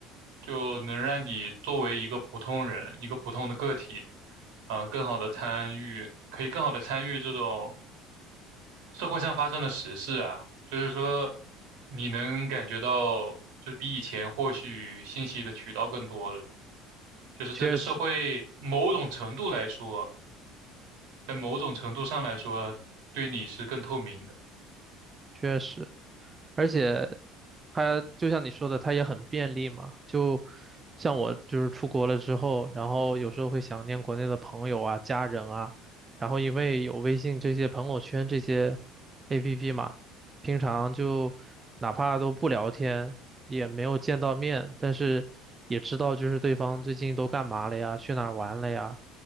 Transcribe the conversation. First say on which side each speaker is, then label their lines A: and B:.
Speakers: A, on the right (about 75°); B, on the right (about 20°).
A: 就能让你作为一个普通人，一个普通的个体，啊、更好的参与，可以更好的参与这种社会上发生的时事啊，就是说，你能感觉到，就是比以前获取信息的渠道更多了，就是这个社会某种程度来说，
B: 确实，
A: 在某种程度上来说，对你是更透明的。
B: 确实。而且它就像你说的，它也很便利嘛。就像我就是出国了之后，然后有时候会想念国内的朋友啊、家人啊，然后因为有微信这些朋友圈这些 APP 嘛，平常就哪怕都不聊天，也没有见到面，但是也知道就是对方最近都干嘛了呀，去哪儿玩了呀，